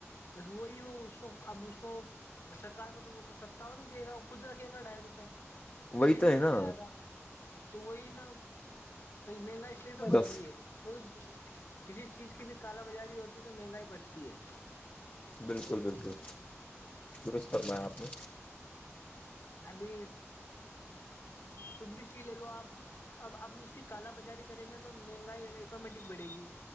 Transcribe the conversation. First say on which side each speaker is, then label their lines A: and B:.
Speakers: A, on the left (about 60°); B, on the left (about 35°).
A: بس وہی وہ اس کو اب اس کو سرک کو تو وہ ن ستا ہو نہیں دے گا خود رکھے گا ڈھائی روپئے اس
B: وہی
A: کی
B: تو
A: جیب
B: ہے نا
A: میں جایا گا تو وہی نا میلا اس لیے تو بڑھ
B: دس
A: رہی ہے کو کسی چیز کی بھی کال بازاری ہوتی ہے تو مہنگائی بڑھتی ہے
B: بالکل بالکل درست فرمایا آپ نے
A: ابھی کچھ بھی چیز لے لو آپ اب آپ اس کی کال بازاری کریں گے تو مہنگائی آٹومیٹک بڑھے گی